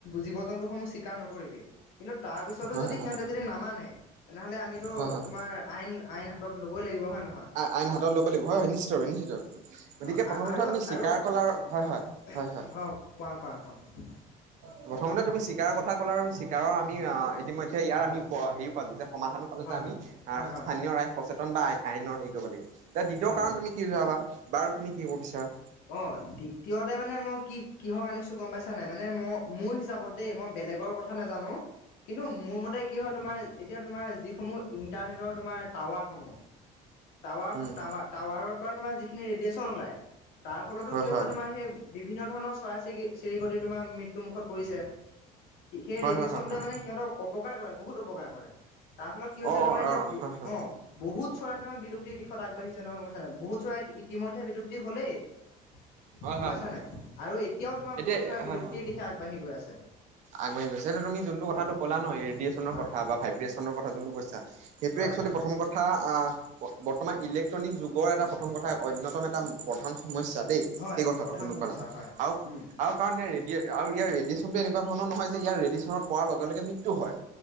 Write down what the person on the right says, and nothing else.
হয়
হয়
হয় হয় হয়
আইন হাতত ল'ব লাগিব হয় হয় নিশ্চিতভাৱে নিশ্চিতভাৱে গতিকে
প্ৰথম
কথা তুমি স্বীকাৰ
ক'লা
হয় হয়
হয় হয়
প্ৰথমতে তুমি চিকাৰৰ কথা ক'লা, আৰু চিকাৰৰ আমি আ ইতিমধ্যে এতিয়া ইয়াৰ আমি
উপ, হেৰিও পালো যে, সমাধানো পালো
যে
আমি, আ
স্থানীয় ৰাইজ সচেতন বা আ-আইনৰ হেৰি কৰিব লাগে, এতিয়া দ্বিতীয়
কাৰণ তুমি উলিয়াবা, বাৰু তুমি কি ক'ব বিচাৰা।
উম
হয়
হয়
হয় হয় হয় হয়
অ
অ
অ
হয় হয়
হয়
হয়
হয়
হয়
এতিয়া
হয়
হয়
আগবাঢ়ি গৈছে, এইটো তুমি যোনটো
কথাটো ক'লা ন, ৰেডিয়েচনৰ
কথা
বা ভাইব্ৰে্চনৰ কথা, যোনটো কৈছা। সেইটোৱে
এক্সোৱেলি
প্ৰথম কথা, আ বৰ্তমান, ইলেক্ট্ৰনিক যুগৰ এটা প্ৰথম কথা, অন্যতম এটা প্ৰধান সমস্যা দেই।
সেই কথাটো
যোনটো
কলা
আউ
আৰু কাৰণ ইয়াৰ ৰেডিয়ে, আৰু ইয়াৰ ৰেডিয়েচনটো এনেকুৱা ধৰণৰ নহয়, যে ইয়াৰ ৰেডিচনত পৰাৰ লগে লগে মৃত্যু হয়।